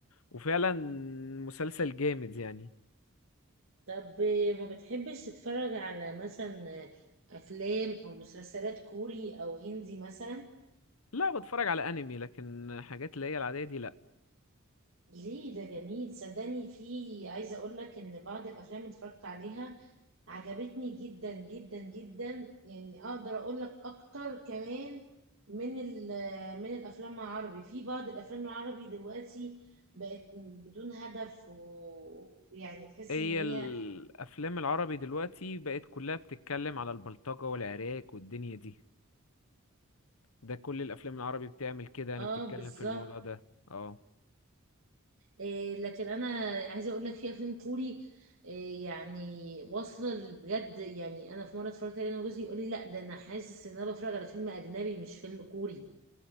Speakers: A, on the left; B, on the right.
A: وفعلا مسلسل جامد يعني
B: طب ما بتحبش تتفرج على مثلا افلام او مسلسلات كوري او هندي مثلا
A: لا بتفرج على انمي لكن حاجات اللي هي العادية دي لا
B: ليه ده جميل صدقني في عايزة اقول لك ان بعض الافلام اللي اتفرجت عليها عجبتني جدا جدا جدا يعني اقدر اقول لك اكتر كمان من ال- من الافلام العربي في بعض الافلام العربي دلوقتي بقت بدون هدف ويعني تحس
A: هي
B: ان هي
A: الافلام العربي دلوقتي بقت كلها بتتكلم على البلطجة والعراك والدنيا دي ده كل الافلام العربي بتعمل كده انا
B: اه
A: بتتكلم
B: بالظبط
A: في الموضوع ده اه
B: إيه لكن انا عايزه اقول لك في افلام كوري إيه يعني واصله ل- بجد يعني انا في مره اتفرجت عليه انا وجوزي يقول لي لا ده انا حاسس ان انا بتفرج على فيلم اجنبي مش فيلم كوري